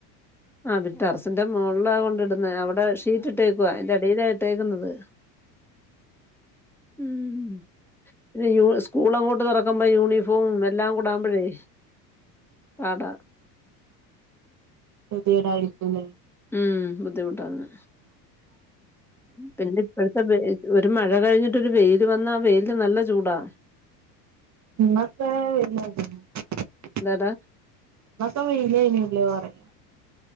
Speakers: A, in the centre; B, on the right.
A: ആ ബട്ട് അറസിന്റമ് മോൾള കൊണ്ടിടുന്ന അവിടെ ഷീറ്റ് ഇട്ടേക്കുവ അതിന്റെ അടിയിലാ ഇട്ടേക്കുന്നത് ഉം പിന്നെ യ സ്കൂള അങ്ങോട്ട് തുറക്കുമ്പോ യൂണിഫോം എല്ലാം കൂടാകുമ്പോഴേ പാട
B: പ്രതെടായിരിക്കല്ലേ
A: ഉം ബുദ്ധിമുട്ടാന്ന് പിന്നെ ഇപ്പഴത്തെ ഒരു മഴ കഴിഞ്ഞിട്ട് ഒരു വെയിൽ വന്ന ആ വെയിലിനു നല്ല ചൂടാ.
B: നിങ്ങക്ക വല്ല <unintelligible>
A: ദതാ
B: മസമ ഇല്ലേനിള്ളേ വരെ